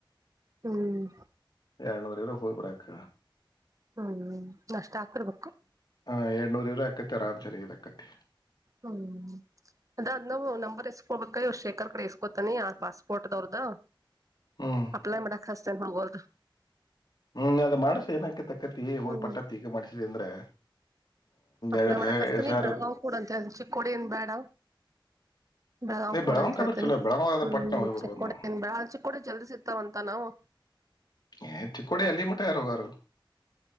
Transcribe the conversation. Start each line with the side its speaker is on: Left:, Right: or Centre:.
Right: ಹ್ಮ್
Left: ಎರ ನವರಲ್ಲ ಹೋಗಬರಾಖ
Right: ಹ್ಮ್ ಮಷ್ಟ ಹಾಕರ್ಬೇಕು
Left: ಹ ಎಏಡ್ನೂರು ಇೂರು ಅಕತ್ತತಿ ಆರಾಮ ಸಾರಿ್ ಅಕತ್ತತಿ
Right: ಹ್ಮ್ ಅದ ಅದ್ ನಾವು ನಂಬರ್ ಎಷ್ಟ ಹೋಗಬೇಕ ಇವ್ ಶೇಖರ್ ಕಡೆ ಇಸ್ಕೋತಾನಿ ಆ ಪಾಸ್ಪೋರ್ಟ್ವ್ರದ್ದ
Left: ಹ್ಮ್
Right: ಅಪ್ಲೈ ಮಾಡಕ ಹ ಚೆನ್ನ ಹೋಗೋದು
Left: ಹ್ಮ್ ಅದ ಮಾಡ್ಸ ಏನಕತಕ್ಕತಿ ಹ
Right: ಹ್ಮ್
Left: ಪಟ್ಟತ್ ಈಗ ಮಾಡ್ಸಿದೆ ಅಂದ್ರೆ
Right: ಅಲ
Left: ಎರಡ್
Right: ಒಡ ಕಸ್ತ ನೀ
Left: ಸರ್
Right: ಬೆಳಗಾವ ಕೂಡಂತ ಚಿಕ್ಕೋಡಿ ಏನು ಬ್ಯಾಡ ಬೆ್
Left: ನೀ
Right: ಕೊಡ
Left: ಬೆಳಗಾವ್
Right: ಅಂತ ಹೇಳ್ತೇನಿ
Left: ಆದ್ರೆ ಚಲೋ ಬೆಳಗಾವ್ ಆದ್ರೆ
Right: ಹ್ಮ್
Left: ಪಟ್ನ ಹೋಗಿ ಬರ್ಬೋದು
Right: ಚಿಕ್ಕೋ
Left: ನಾವು
Right: ಚಿಕ್ಕೋಡಿ ಜಲ್ದಿ ಸಿಗ್ತಾವಂತ ನಾವು
Left: ಎ ತುಕ್ಕಡಿ ಅಲ್ಲಿ ಮಟ ಯಾರೋಗಾರು